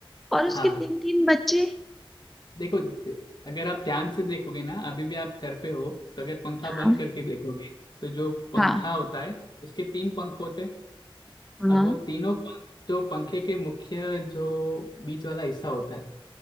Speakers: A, in the centre; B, on the left (about 50°).
A: और उसके
B: हाँ
A: तीन तीन बच्चे
B: देखो अगर आप ध्यान से देखोगे ना अभी भी आप घर पे हो तो अगर पंखा
A: हाँ
B: बंद करके देखोगे तो जो पंखा
A: हाँ
B: होता है उसके तीन पंख होते हैं
A: हाँ
B: अब वो तीनों पंख जो पंखे के मुख्य जो बीच वाला हिस्सा होता है